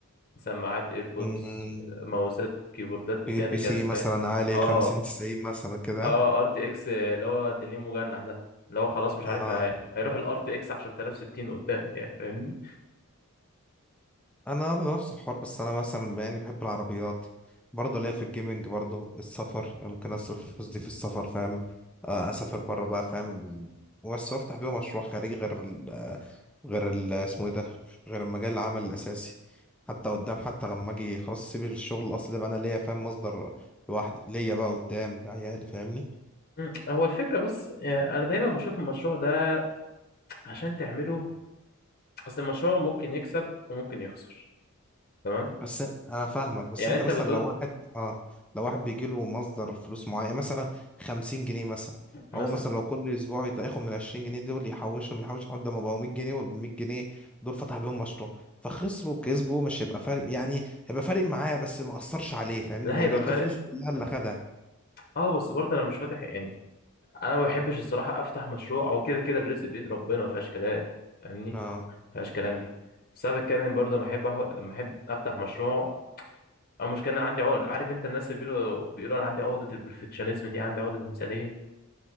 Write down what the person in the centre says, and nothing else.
مم.
تجيب بي سي مثلا
عالي
خمسين تسعين مثلا كده
اه
انا برضه نفس الحوار بس انا مثلا يعني بحب العربيات برضه ليا في الجيمنج برضه السفر ممكن اصرف الفلوس دي في السفر فاهم آه اسافر بره بقى فاهم بس افتح بيه مشروع خارجي غير ال غير ال اسمه ايه ده غير المجال العمل الاساسي حتى قدام حتى لما اجي خلاص اسيب الشغل الاصلي ده بقى انا ليا فاهم مصدر لوحدي ليا بقى قدام لعيالي فاهمني
بس انا فاهمك بس
انت
مثلا
لو واحد اه لو واحد بيجي له مصدر فلوس معين مثلا 50 جنيه مثلا
هو مثلا لو كل اسبوع يط- ياخد من 20 جنيه دول يحوشهم يحوش لحد ما بقوا 100 جنيه وال 100 جنيه دول فتح بيهم مشروع فخسروا كسبوا مش هيبقى فارق يعني هيبقى فارق معاه بس ما اثرش عليه فاهمني
يعني مش
دي فلوس كلها اللي خدها
اه